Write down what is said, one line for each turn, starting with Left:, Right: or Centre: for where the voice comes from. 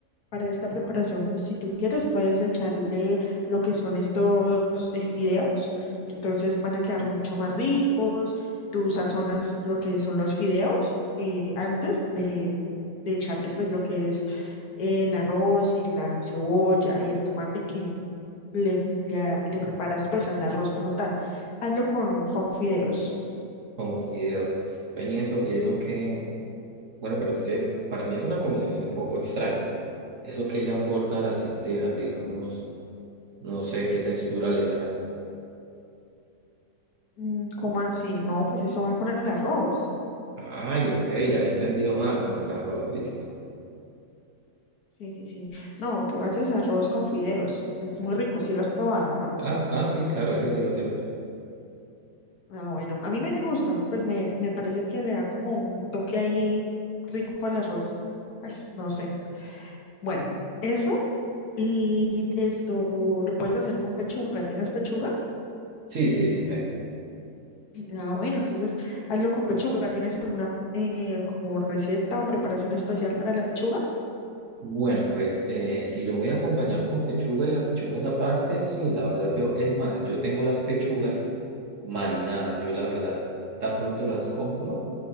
Left: Para esta preparación, pues si tú quieres, puedes echarle lo que son estos eh, fideos. Entonces van a quedar mucho más ricos. Tú sazonas lo que son los fideos eh, antes de, de echarle pues lo que es el arroz y la cebolla y el tomate que le, le, a- le preparas pues al arroz como tal. Hazlo con, con fideos.
Right: Con fideos. Ven y eso, y eso que, bueno, pero es que para mí es una combinación un poco extraña. Eso que le aporta a las lentejas, digamos, no sé qué textura le dará.
Left: Mm, ¿Cómo así? No, pues eso va con el arroz.
Right: Ay, ok, ya había entendido mal con el arroz, listo.
Left: Sí, sí, sí. No, tú haces arroz con fideos. Es muy rico, sí lo has probado, ¿no?
Right: Ah, ah, sí, claro, ese sí lo sé hacer.
Left: Ah, bueno, a mí me gusta, pues me, me parece que le da como un toque ahí rico al arroz. Pues no sé. Bueno, eso y esto lo puedes hacer con pechuga. ¿Tienes pechuga?
Right: Sí, sí, sí, tengo.
Left: Ah, bueno, entonces hazlo con pechuga. ¿Tienes alguna eh, como receta o preparación especial para la pechuga?
Right: Bueno, pues eh, si lo voy a acompañar con pechuga y la pechuga es aparte, sí, la verdad yo, es más, yo tengo las pechugas marinadas, yo la verdad tan pronto las compro,